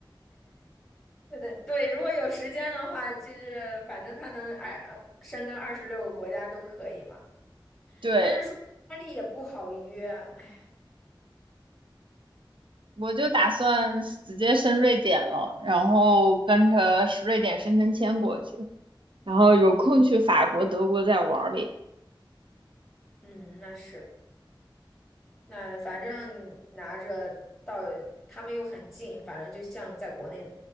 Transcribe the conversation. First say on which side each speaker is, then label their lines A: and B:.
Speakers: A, in the centre; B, on the right (about 75°).
A: 对对对，如果有时间的话，就是反正他能二深耕二十六个国家都可以嘛。
B: 对，
A: 但是说意大利也不好约，哎，
B: 我就打算直接升瑞典了，然后跟着瑞典申根签过去，然后有空去法国、德国再玩儿呗。
A: 嗯，那是，那反正拿着到他们又很近，反正就像在国内